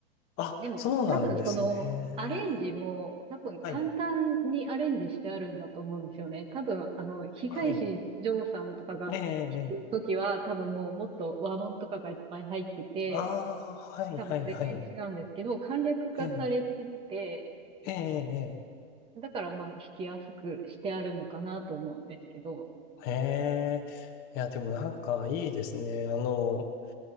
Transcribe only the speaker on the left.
あ、
そうなんですね。
はい、
はい。ええ、ええ。
ああ、はい、
はい、はい。
ええ、ええ、ええ。
へえ。いや、でもなんかいいですね。あの、